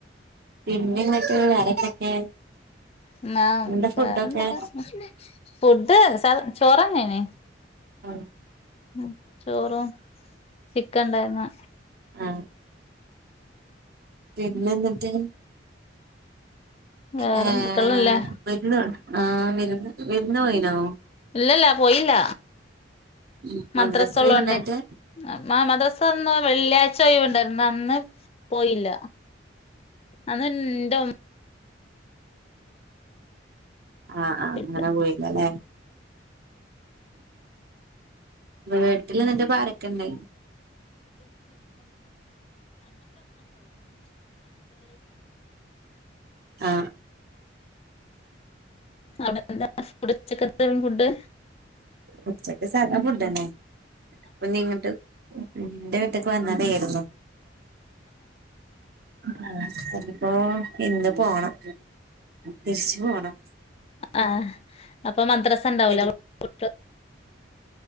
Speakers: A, on the right; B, on the left.
A: പിന്നെന്തൊക്കെ വേറെന്തൊക്കെ?
B: ഇന്നാ
A: എന്താ
B: ന്താ
A: ഫുഡൊക്കെ
B: വേറെന്തൊക്കെ ഫുഡ് സാധ ചോറെന്നെ അയ്നിം.
A: ആ
B: മം ചോറും ചിക്കൻ ഉണ്ടയ്ന്നി
A: ആ പിന്നെ ഇന്നട്ട്
B: വേറെ
A: ആ
B: മക്കളില്ലേ
A: വിരുന്ന്ആ വിരുന്ന് വിര്ന്ന്? പോയിനോ
B: ഇല്ലല്ല പോയില്ല
A: മം മദ്രാസ്
B: മദ്രസ
A: ഒഴിവ്ഇണ്ടായ്റ്റ്
B: ഉള്ളോണ്ട് ആ മദ്രാസ ഒന്ന് വെള്ളിയാഴ്ച ഒഴവുണ്ടായിരുന്നു അന്ന് പോയില്ല അന്ന് ഇന്റെ ഉം
A: ആ ആ അങ്ങനെ
B: പോയില്ല
A: പോയീലലെ <inaudible> വീട്ടിൽ ന്നട്ട്പ്പോ ആരൊക്കെ ഇണ്ട്? ആ
B: അവിടെ എന്താ ഫുഡ്‌ ഉച്ചക്കത്തെ ഫുഡ്‌?
A: ഉച്ചക്ക് സാധാ ഫുഡെന്നെ അപ്പൊ ഇങ്ങട്ട് ഇന്റെ വീട്ടേക്ക് വന്നതെര്ന്നു. ആഹ ശ ഓ ഇന്ന് പോണം തിരിച്ചു പോണം.
B: ആ അപ്പൊ മദ്റസ ഇണ്ടാവൂലെ
A: തിരി
B: കു